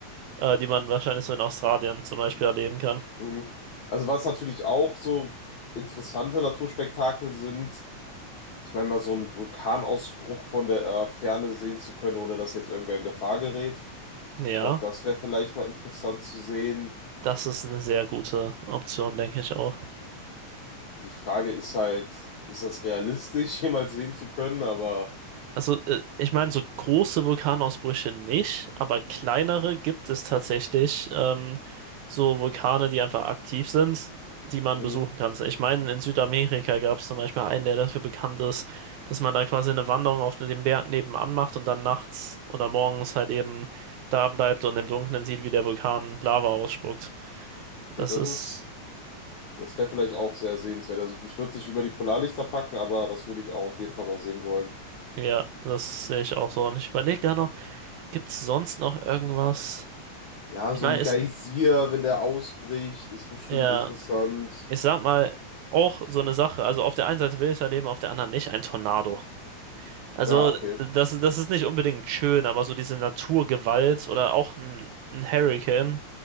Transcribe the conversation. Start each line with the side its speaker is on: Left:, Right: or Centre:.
Right: äh, die man wahrscheinlich so in Australien zum Beispiel erleben kann.
Left: Mhm. Also was natürlich auch so interessante Naturspektakel sind, ich meine mal so einen Vulkanausbruch von der äh, Ferne sehen zu können, ohne dass jetzt irgendwer in Gefahr gerät.
Right: Ja.
Left: Ich glaube, das wäre vielleicht mal interessant zu sehen.
Right: Das ist eine sehr gute Option, denke ich auch.
Left: Die Frage ist halt, ist das realistisch, <laughs> jemals sehen zu können? Aber
Right: Also, äh, ich meine, so große Vulkanausbrüche nicht, aber kleinere gibt es tatsächlich. Ähm, so Vulkane, die einfach aktiv sind, die man
Left: mh,
Right: besuchen kann. So, Ich meine, in Südamerika gab es zum Beispiel einen, der dafür bekannt ist, dass man da quasi eine Wanderung auf dem Berg nebenan macht und dann nachts oder morgens halt eben da bleibt und im Dunkeln sieht, wie der Vulkan Lava ausspuckt.
Left: okay,
Right: Das
Left: das
Right: ist,
Left: ist, das wäre vielleicht auch sehr sehenswert. Also ich würde es nicht über die Polarlichter packen, aber das würde ich auch auf jeden Fall mal sehen wollen.
Right: ja, das sehe ich auch so. Und ich überlege gerade noch. Gibt's sonst noch irgendwas?
Left: Ja,
Right: Ich
Left: so
Right: meine,
Left: ein
Right: ist,
Left: Geysir, wenn der ausbricht, ist bestimmt
Right: ja,
Left: interessant.
Right: ich sag mal, auch so eine Sache, also auf der einen Seite will ich es erleben, auf der anderen nicht, ein Tornado. Also,
Left: Ja, okay.
Right: das, das ist nicht unbedingt schön, aber so diese Naturgewalt oder auch ein, ein Hurricane,